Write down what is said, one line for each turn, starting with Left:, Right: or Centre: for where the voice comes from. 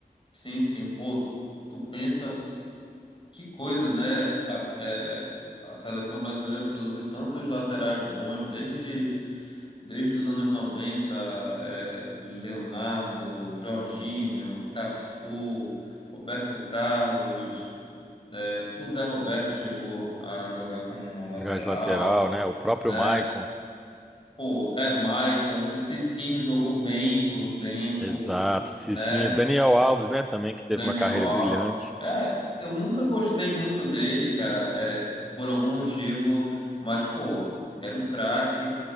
Left: Sim, sim. Pô, tu pensa que coisa, né? A, é, a seleção brasileira produziu tantos laterais bons desde desde os anos noventa é, Leonardo, Jorginho, Cafu, Roberto Carlos. É, o Zé Roberto chegou a jogar como lateral.
Centre: Jogar de lateral, né? O próprio
Left: né?
Centre: Maicon.
Left: Pô, é Maicon, o Cicinho jogou bem por um tempo,
Centre: Exato, Cicinho.
Left: né?
Centre: Daniel Alves, né, também, que teve
Left: Daniel
Centre: uma carreira
Left: Alves.
Centre: brilhante.
Left: É, eu nunca gostei muito dele, cara, é, por algum motivo, mas, pô, era um craque.